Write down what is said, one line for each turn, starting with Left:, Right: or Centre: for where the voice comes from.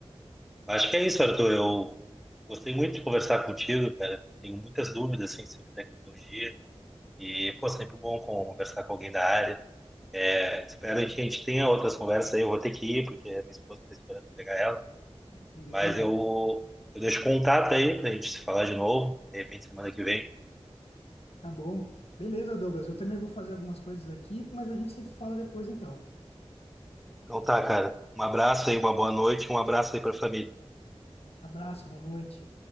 Centre: Acho que é isso, Arthur. Eu gostei muito de conversar contigo, cara. Tenho muitas dúvidas, assim, sobre tecnologia. E, pô, sempre bom conversar com alguém da área. É, espero que a gente tenha outras conversas aí. Eu vou ter que ir, porque a minha esposa está esperando eu pegar ela.
Left: Beleza,
Centre: Mas eu, eu deixo contato aí pra gente se falar de novo, de repente semana que vem.
Left: tá bom. Beleza, Douglas, eu também vou fazer algumas coisas aqui, mas a gente se fala depois então.
Centre: Então tá, cara. Um abraço aí, uma boa noite, um abraço aí pra família.
Left: Abraço, boa noite.